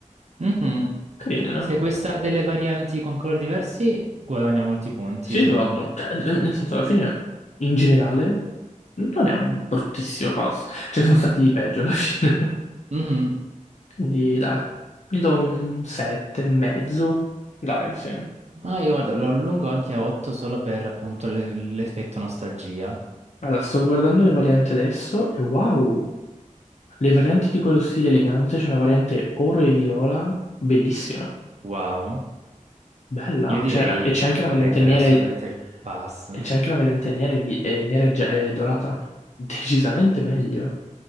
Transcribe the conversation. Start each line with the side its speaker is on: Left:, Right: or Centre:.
Right: Mhm.
Left: Carina.
Right: Se questa ha delle varianti con colori diversi, guadagna molti punti,
Left: Sì, esatto.
Right: secondo me.
Left: Cioè, nel senso, alla fine, in generale, non è un bruttissimo pass. Ce ne sono stati di peggio alla fine.
Right: Mhm.
Left: <laughs> Quindi, dai, gli do un 7 e mezzo. Dai, sì.
Right: Ma io guarda, lo allungo anche a 8 solo per appunto le- l'effetto nostalgia.
Left: Allora, sto guardando le varianti adesso e wow, le varianti di quello stile elegante, c'è una variante oro e viola, bellissima,
Right: Wow.
Left: bella,
Right: Io direi
Left: Cioè, e c'è anche
Right: di
Left: la variante
Right: prendere
Left: nera
Right: assolutamente
Left: e,
Right: il pass.
Left: e c'è anche la variante nera e, bi- e nera e gia- e dorata, <laughs> decisamente meglio.